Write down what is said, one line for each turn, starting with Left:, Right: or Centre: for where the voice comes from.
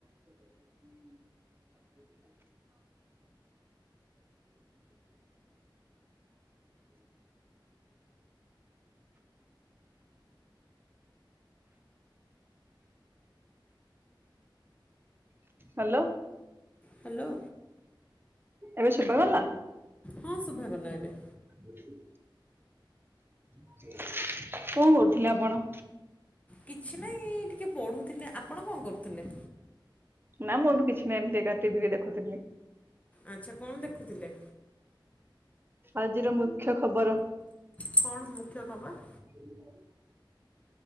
Right: ହାଲୋ।
Left: ହେଲୋ।
Right: ଏବେ ଶୁବାଗଲା?
Left: ହଁ ଶୁଭାଗଲା ଏବେ।
Right: ଆମ ଏଠି ନାଁ। କଁ କରୁଥିଲେ ଆପଣ?
Left: କିଛି ନାହିଁ ଟିକେ ପଢ଼ୁଥିଲେ ଆପଣ କଁ କରୁଥୁଲେ?
Right: ନାଁ ମୁଁ ଏବେ କିଛି ନାହିଁ ଏମତି ଏକା ଟିକେ ଟିଭି ବି ଦେଖୁଥିଲି।
Left: ଆଚ୍ଛା କଣ ଦେଖୁଥିଲେ?
Right: ଆଜିର ମୁଖ୍ୟ ଖବର।
Left: କଣ ମୁଖ୍ୟ ଖବର୍?
Right: ଆଜି ବି ମହାଦୀପ